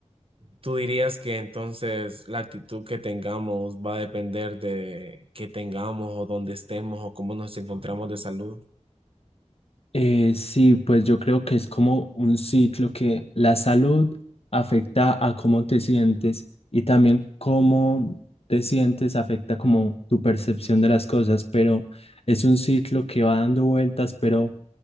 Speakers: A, on the right; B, on the left.
A: ¿Tú dirías que entonces la actitud que tengamos va a depender de qué tengamos o dónde estemos o cómo nos encontramos de salud?
B: Eh, sí, pues yo creo que es como un ciclo que la salud afecta a cómo te sientes y también cómo te sientes afecta como tu percepción de las cosas, pero es un ciclo que va dando vueltas, pero